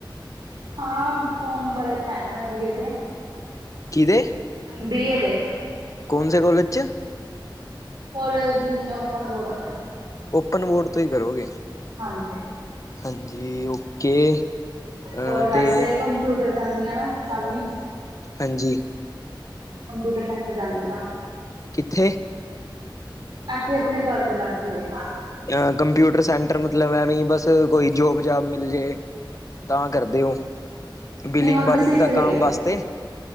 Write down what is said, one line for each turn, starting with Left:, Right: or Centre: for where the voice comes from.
Right: ਹਾਂ ਫੋਰਮ ਭਰੇ ਤੇ ਹੈਨੇ, ਮੈਂ ਬੀ ਏ ਦੇ
Left: ਕਿਦੇ
Right: ਬੀ ਏ, ਦੇ
Left: ਕੌਨ ਸੇ ਕਾੱਲੇਜ ਚ
Right: ਕੋਲੇਜ ਨਹੀਂ, ਓਪਨ ਬੋਰਡ ਤੋਂ
Left: ਓਪਨ ਬੋਰਡ, ਤੋਂ ਹੀ ਕਰੋਗੇ
Right: ਹਾਂਜੀ
Left: ਹਾਂਜੀ ਓਕੇ ਅ
Right: ਹੋਰ ਵੈਸੇ,
Left: ਤੇ
Right: ਕੰਪਿਊਟਰ ਜਾਂਦੀ ਆਂ, ਮੈਂ ਸ਼ਾਮੀ
Left: ਹਾਂਜੀ
Right: ਕੰਪਿਊਟਰ ਸੈਂਟਰ ਜਾਂਨੀ ਆਂ
Left: ਕਿੱਥੇ
Right: ਏਥੇ ਆਪਣੇ ਘਰ ਦੇ ਲਾਗੇ ਹੀ ਐ
Left: ਅ ਕੰਪਿਊਟਰ ਸੈਂਟਰ, ਮਤਲਬ ਐਵੇਂ ਬਸ ਕੋਈ ਜੋਬ ਜਾਬ ਮਿਲ ਜੇ ਤਾਂ ਕਰਦੇ ਹੋ, ਬਿਲਿੰਗ
Right: ਨਹੀਂ ਹੁਣ
Left: ਬਾਲਿੰਗ
Right: ਤਾਂ ਸਿੱਖ
Left: ਦਾ
Right: ਰਹੀ
Left: ਕੰਮ
Right: ਹੈ
Left: ਵਾਸਤੇ